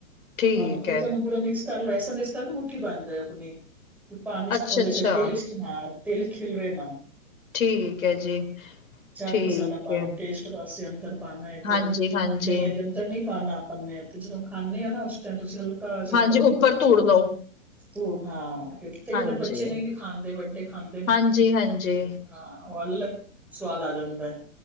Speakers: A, on the left; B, in the centre.
A: ਠੀਕ
B: ਹਾਂ ਦੇਖਾਈ
A: ਐ।
B: ਤੁਹਾਨੂੰ ਪੂਰਾ ਮਿਕਸ ਕਰ ਲਓ ਐਸਾ ਦਿਸਦਾ ਕਿ ਮੁੱਠੀ ਬਣ ਜਾਏ ਆਪਣੀ, ਪਾਣੀ ਚ
A: ਅੱਛਾ,
B: ਉਹਦੇ
A: ਅੱਛਾ
B: ਚ ਤੇਲ ਹਾਂ ਤੇਲ ਇਚ ਖਿਲਰੇ ਨਾ।
A: ਠੀਕ ਐ ਜੀ,
B: ਚਾਟ
A: ਠੀਕ
B: ਮਸਾਲਾ ਪਾ ਲੋ
A: ਐ।
B: ਟੇਸਟ ਵਾਸਤੇ ਅੰਦਰ ਪਾਂਣਾ ਏ ਤੇ
A: ਹਾਂਜੀ, ਹਾਂਜੀ,
B: ਨਹੀਂ ਇਹਦੇ ਅੰਦਰ ਨਹੀਂ ਪਾਂਣਾ ਅਪ ਨੇ ਤੇ ਜਦੋਂ ਖਾਂਦੇ ਹਾਂ ਨਾ ਉਸ ਟਾਈਮ ਤੁਸੀਂ ਹਲਕਾ ਕਾਜ ਉਪਰ
A: ਹਾਂਜੀ
B: ਬੂਹੇ
A: ਉੱਪਰ
B: ਤੇ,
A: ਧੂੜ ਲਓ,
B: ਧੂਲ ਹਾਂ ਕਈ
A: ਹਾਂਜੀ,
B: ਵਾਰ ਬੱਚੇ ਨਹੀਂ ਵੀ ਖਾਂਦੇ ਵੱਡੇ ਖਾਂਦੇ ਨੇ।
A: ਹਾਂਜੀ, ਹਾਂਜੀ।
B: ਹਾਂ, ਉ ਅਲਗ ਸਵਾਦ ਆ ਜਾਂਦਾ ਏ।